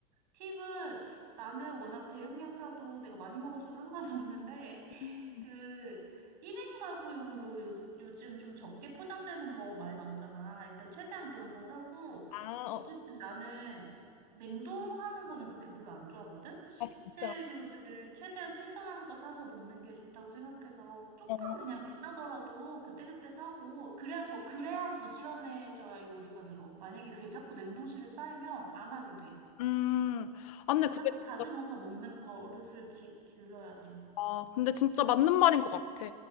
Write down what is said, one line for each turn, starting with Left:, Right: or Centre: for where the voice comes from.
Right: 팁은 나는 워낙 대용량 사도 내가 많이 먹어서 상관없는데
Left: 음.
Right: 그 1인 가구용으로 요, 요즘 좀 적게 포장되는 거 많이 나오잖아. 일단 최대한 그런 거 사고
Left: 아,
Right: 어쨌든
Left: 어,
Right: 나는 냉동하는 거는 그렇게 별로 안 좋아하거든. 식재료들을
Left: 아 진짜.
Right: 최대한 신선한 거 사서 먹는 게 좋다고 생각해서 조금
Left: 어.
Right: 그냥 비싸더라도 그때그때 사고 그래야 더 그래야 부지런해져야 요리가 늘어. 만약에 그게 자꾸 냉동실에 쌓이면 안 하게 돼.
Left: 음, 아, 근데
Right: 그래서
Left: 그게
Right: 자꾸
Left: 진짜,
Right: 다듬어서 먹는 버릇을 기, 길러야 해.
Left: 아, 근데 진짜 맞는 말인 것 같아.